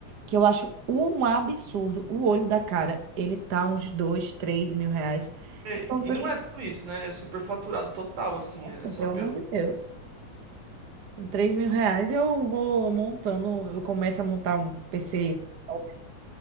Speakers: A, on the right; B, on the right.
A: que eu acho um absurdo. O olho da cara, ele tá uns dois, três mil reais.
B: É,
A: Então, tipo
B: e não
A: assim,
B: é tudo isso, né? É superfaturado total, assim.
A: nossa,
B: É só
A: pelo
B: pelo.
A: amor de Deus. Com três mil reais eu vou montando, eu começo a montar um PC top.